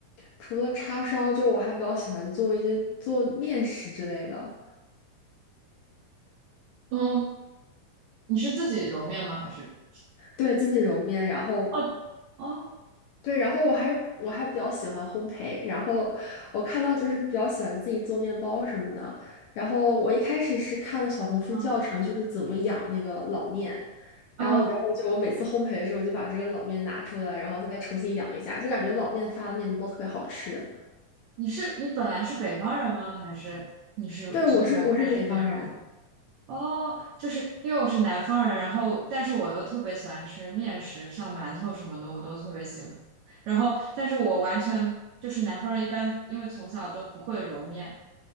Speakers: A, on the left (about 75°); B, on the right (about 85°).
A: 除了叉烧，就我还比较喜欢做一些做面食之类的。
B: 嗯，你是自己揉面吗？还是？
A: 对，自己揉面，然后
B: 哦哦
A: 对，然后我还我还比较喜欢烘焙，然后我看到就是比较喜欢自己做面包什么的，然后我一开始是看了小红书教程，
B: 嗯
A: 就是怎么养那个老面，然后然后就我每次烘焙的时候，
B: 嗯，
A: 我就把这个老面拿出来，然后再重新养一下，就感觉老面发的面包特别好吃。
B: 你是你本来是北方人吗？还是你是从头开始学揉？
A: 对，我是我是北方人，
B: 哦，就是因为我是南方人，然后但是我又特别喜欢吃面食，像馒头什么的，我都特别喜欢。然后，但是我完全就是南方人，一般因为从小都不会揉面，